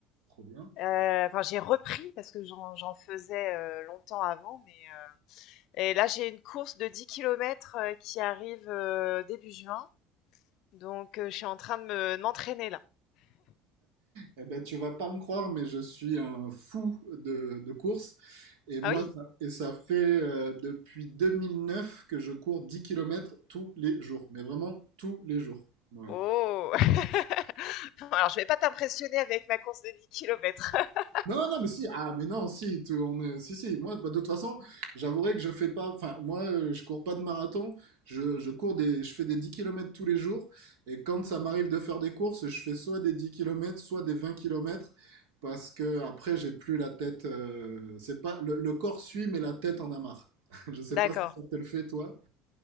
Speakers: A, on the right (about 80°); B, on the left (about 50°).
A: Trop bien.
B: Euh, Enfin, j'ai repris parce que j'en, j'en faisais euh, longtemps avant, mais euh, et là j'ai une course de 10 km qui arrive euh, début juin, donc euh, je suis en train de me, de m'entraîner là.
A: Eh ben, tu vas pas me croire, mais je suis un fou de, de course. Et moi,
B: Ah oui?
A: ça, et ça fait euh, depuis 2009 que je cours 10 km tous les jours, mais vraiment tous les jours. Voilà.
B: Oh! <laughs> Alors, je vais pas t'impressionner avec ma course de 10 kilomètres. <laughs>
A: Non, non, mais si, ah, mais non, si, tu- on est, si, si, moi, bah, de toute façon, j'avouerai que je fais pas, enfin, moi, euh, je cours pas de marathon, je, je cours des, je fais des dix kilomètres tous les jours, et quand ça m'arrive de faire des courses, je fais soit des 10 kilomètres, soit des 20 kilomètres, parce que après, j'ai plus la tête, euh, c'est pas, le, le corps suit, mais la tête en a marre. <laughs> Je sais
B: D'accord.
A: pas si ça te le fait, toi.